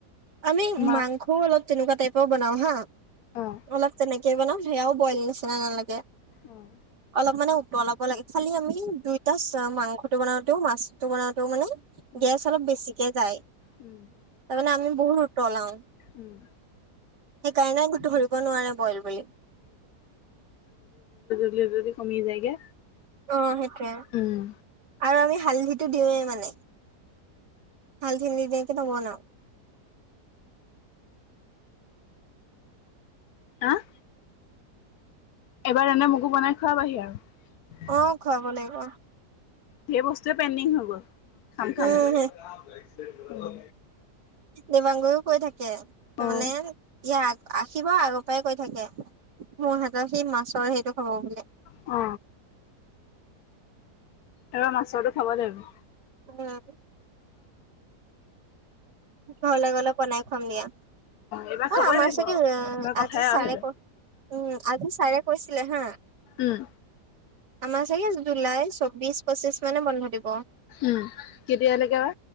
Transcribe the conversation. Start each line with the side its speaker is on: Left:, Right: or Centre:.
Right: আমি
Left: মাছ
Right: মাংসও অলপ তেনেকোৱা টাইপৰ বনাও। হা
Left: অ',
Right: অলপ তেনেকে বনাও সেয়াও বইল ন তিতা নালাগে
Left: অ',
Right: অলপ মানে ওতলাব লাগে খালি আমি দুইটা মাংসটো বনাওতেও মাছটো বনাওঁতেও মানে
Left: উম,
Right: গেছ অলপ বেছিকে যায়
Left: উম।
Right: তাৰমানে আমি বহুত উতলাও
Left: উম,
Right: সেই কাৰণে গোটো ধৰিব নোৱাৰে বইল বুলি।
Left: তে যদি কমি যায়গে।
Right: অ সেইটোৱে
Left: উম,
Right: আৰু আমি হালধিটো দিওঁৱে মানে হালধি নিদিয়াকে নবনাও <inaudible>
Left: আহ এবাৰ তেনে মগু বনাই খুৱাবাহি আৰু
Right: অ', খুৱাব লাগিব
Left: সেই বস্তুে পেণ্ডিং হব খাম
Right: উম,
Left: খাম
Right: দেবাংগও কৈ থাকে তাৰমানে
Left: অ',
Right: ইয় আহিব আগৰ পৰাই কৈ থাকে মোৰ হাতৰ সি মাছৰ সেইটো খাব বোলে
Left: অ এইবাৰ মাছটো খাব লাগিব।
Right: আহ ঘৰলে গলে বনাই খুৱাম দিয়া। অ
Left: এইবাৰ খাবই
Right: আমাৰ
Left: লাগিব
Right: চাগে
Left: এইবাৰ কথাই
Right: আজি চাৰে
Left: আৰু সেইটো।
Right: ক উম আজি চাৰে কৈছে ছিলে হা
Left: উম
Right: আমাৰ চাগে জুলাই চৌবিশ পচিশছ মানে বন্ধ থাকিব।
Left: উম কেতিয়ালৈকে